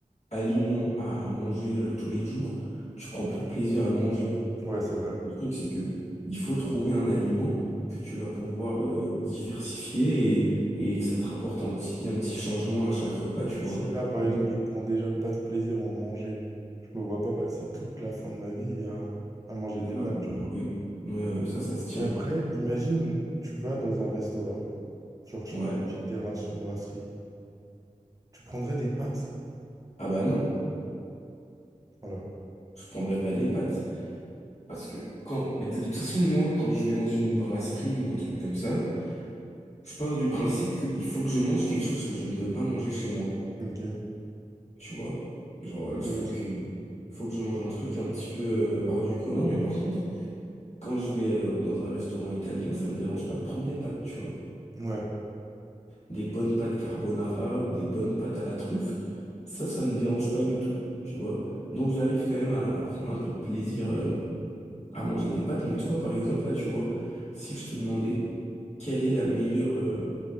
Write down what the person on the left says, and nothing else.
aliment à manger euh, tous les jours, tu prends plus de plaisir à le manger.
Le truc, c'est que il faut trouver un aliment que tu vas pouvoir euh, diversifier et, et que ça te rapporte un petit, un petit changement à chaque repas, tu
vois.
Mais-
Ah,
ouais. Ouais, ouais, ouais, ça, ça se tient.
Ouais.
Ah bah non,
je prendrais pas des pâtes. Parce que quand. Mais de toute façon, moi, quand je vais dans une brasserie ou un truc comme ça, je pars du principe qu'il faut que je mange quelque chose que je ne peux pas manger chez moi.
Tu vois? Genre,
il faut que, faut que je mange un truc un petit peu euh, hors du commun, mais par contre, quand je vais euh, dans un restaurant italien, ça me dérange pas de prendre des pâtes, tu vois.
Des bonnes pâtes carbonara ou des bonnes pâtes à la truffe, ça, ça me dérange pas du tout, tu vois. Donc, j'arrive quand même à, à prendre un peu de plaisir euh, à manger des pâtes, mais toi, par exemple, là, tu vois, si je te demandais quelle est la meilleure euh,